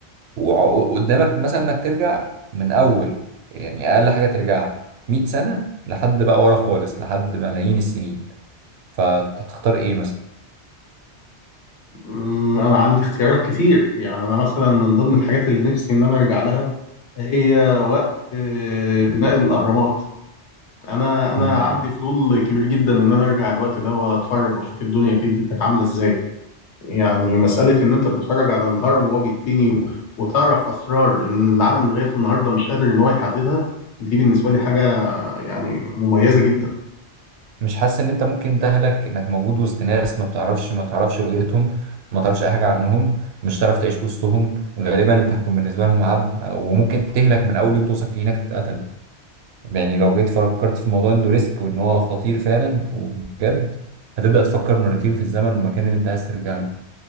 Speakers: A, on the right (about 70°); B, on the left (about 75°).
A: وقدامك مثلا انك ترجع من اول يعني اقل حاجة ترجعها 100 سنة لحد بقى ورا خالص لحد ملايين السنين فتختار ايه مثلا
B: أمم، انا عندي اختيارات كتير يعني انا مثلا من ضمن الحاجات اللي نفسي ان انا ارجع لها هي وقت آه، بناء الاهرامات انا انا
A: مم.
B: عندي فضول كبير جدا ان انا ارجع الوقت ده واتفرج واشوف الدنيا كده كانت عامله ازاي يعني مساله ان انت تتفرج على الهرم وهو بيتبني و- وتعرف اسرار ان العالم لغايه النهارده مش قادر ان هو يحددها دي بالنسبه لي حاجه يعني مميزه جدا
A: مش حاسس ان انت ممكن تهلك انك موجود وسط ناس ما بتعرفش ما تعرفش لغتهم ما تعرفش اي حاجه عنهم مش هتعرف تعيش وسطهم غالبا انت هتكون بالنسبه لهم عبد وممكن تهلك من اول يوم توصل فيه هناك تتقتل يعني لو جيت فكرت في موضوع انه ريسك وان هو خطير فعلا وبجد هتبدا تفكر مرتين في الزمن والمكان اللي انت عايز ترجع له